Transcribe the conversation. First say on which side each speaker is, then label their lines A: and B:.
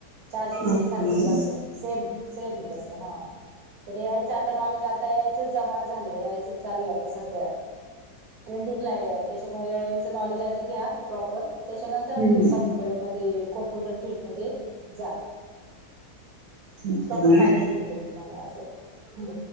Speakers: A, on the right (about 65°); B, on the right (about 80°).
A: चाटजी पेटी
B: ओके
A: सारखंच असं सेम सेम आहे तसं हा प यायचं आता नॉलेज आता या यायचाच जमाना झालाय यायचंच चालू आहे आता सध्या ट्रेंडिंगला त्याच्यामुळेच नॉलेज आधी घ्या प्रॉपर त्याच्यानंतर
B: हम्म
A: म कम्प्युटरमध्ये कॉम्प्युटर फील्ड मध्ये जा
B: ओके
A: त पण
B: मॅम.
A: माहिती भेटेल तुम्हाला असं